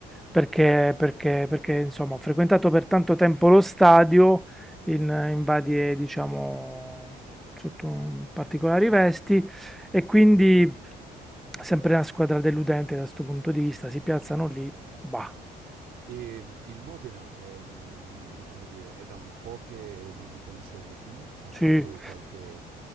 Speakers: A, in the centre; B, on the right (about 65°).
A: perché, perché- perché, insomma, ho frequentato per tanto tempo lo stadio in, in varie, diciamo, sotto particolari vesti e quindi sempre una squadra deludente da questo punto di vista. Si piazzano lì, bah,
B: ehm, il Modena è, mhmm, come dire, è da un po' che milita in Serie B? Ha fatto
A: sì,
B: qualche